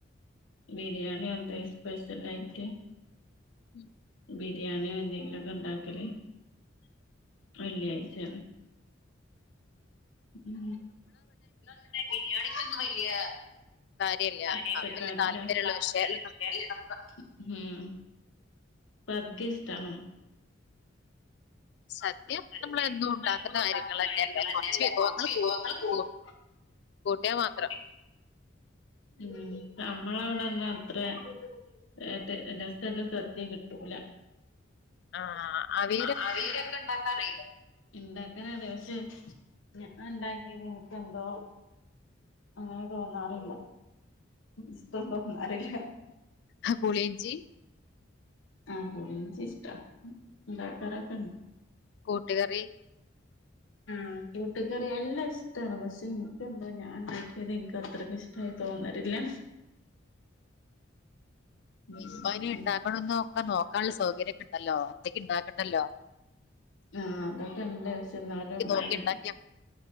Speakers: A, on the left (about 85°); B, on the left (about 60°).
A: ബിരിയാണി എന്തേ സ്പെഷ്യലായിറ്റ്
B: ഉം.
A: ബി രിയാണിയോ എന്തെങ്കിലൊക്കെ ണ്ടാക്കല് വെള്ളിയായ്ച്ചേണ്. ഉം ന്നാ <unintelligible> ബിരിയാണിക്കൊന്നും വലിയ
B: കാര്യമല്ല
A: കാര്യായിട്ടില്ല.
B: അത്
A: ട്ട്
B: വലിയ
A: കാര്യല്ല.
B: താല്പര്യമുള്ള
A: അപ്പപ്പിന്നെ താല്പര്യള്ള
B: വിഷയമല്ല
A: വിഷയല്ല ഹും സദ്യ ഷ്ടാണോ?
B: സദ്യ
A: സദ്യ
B: നമ്മളെന്നുണ്ടാക്കുന്ന
A: നമ്മളെന്നും ഉണ്ടാക്കുന്ന
B: കാര്യങ്ങളെന്നെല്ലേ
A: കാര്യങ്ങളന്നെല്ലേ
B: കൊറച്ച് വിഭവങ്ങൾ കൂ
A: കൂട്ടും
B: കൂ കൂട്ട്യാ മാത്രം.
A: കൂട്ടി ഉം ഞമ്മളവിടന്നാ അത്രെ ഏഹ് ത്ത് രസല്ല സദ്യ കിട്ടൂല.
B: ആഹ് ആഹ് അവി
A: ആഹ് അവീയിലൊക്കെ ഇണ്ടാക്കാ അറീല്ലേ ഇണ്ടാക്കാനറിയ പക്ഷെ ഞാൻണ്ടാക്കിയത് ഇനിക്കെന്തോ അങ്ങനെ തോന്നാറില്ല ഇഷ്ടം തോന്നാറില്ല.
B: ഹാ പുളിഞ്ചി
A: ആഹ് പുളിഞ്ചിഷ്ടാ ഇണ്ടാക്കാറൊക്കെൺ
B: കൂട്ട്കറി
A: ആഹ് കൂട്ട്കറി എല്ലും ഇഷ്ടാണ് പക്ഷെ ഇൻക്കെന്താ ഞാൻണ്ടാക്കിയത് ഇൻക്ക് അത്രക്ക്ഷ് ട്ടായി തോന്നലില്ല. ഉം
B: ഇപ്പയിന്
A: ഉം
B: ഇണ്ടാക്കണംന്നൊക്ക നോക്കാള്ള സൗകര്യൊക്കെണ്ടല്ലോ ഒറ്റയ്ക്ക് ഇണ്ടാക്കണ്ടല്ലോ.
A: ആഹ് അതൊക്കെ ണ്ട് പക്ഷെ ഇന്നാലും <unintelligible>
B: നോക്കി ഉണ്ടാക്കിയാൽ മതി